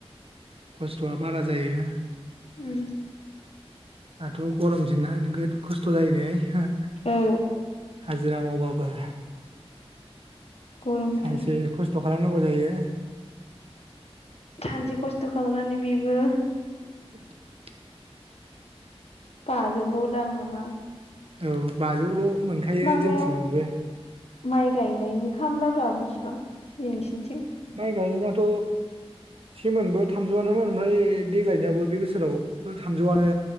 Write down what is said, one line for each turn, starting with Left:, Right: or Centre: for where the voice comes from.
Right: खस्थ'आ बारा जायो
Left: ओम
Right: दाथ' गरम दिन ना नोगोद खस्थ' जायो नै हा
Left: औ
Right: हाजिरा मावबाबो
Left: गरमथार
Right: सानसे खस्थ' खालामनांगौ जायो
Left: सानसे खस्थ' खालामनानै बेबो
Right: <inaudible>
Left: बाजोबोल' दां नामा
Right: औ बाजौल' मोनखायो
Left: माबायाव
Right: जोंथिंबो
Left: माइ गायनायनि खामलाफ्रा बेसिबां नोंसिनिथिं
Right: माइ गायनायथ' सेमोनबो थामजौआनोमोन ओमफ्राय देग्लायनायावो बे बोसोराव थामजौआनो